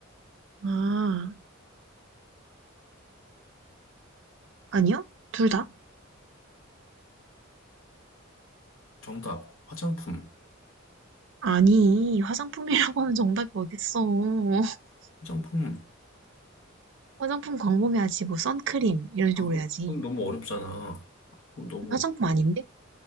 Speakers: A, on the right; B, on the left.
A: 아, 아니요? 둘 다?
B: 정답, 화장품.
A: 아니, 화장품이라고 하면 정답이 어딨어. <laughs>
B: 화장품.
A: 화장품 광범위하지, 뭐, 선크림, 이런 식으로
B: 아, 그,
A: 해야지.
B: 그럼 너무 어렵잖아. 그럼 너무,
A: 화장품
B: 너무-
A: 아닌데?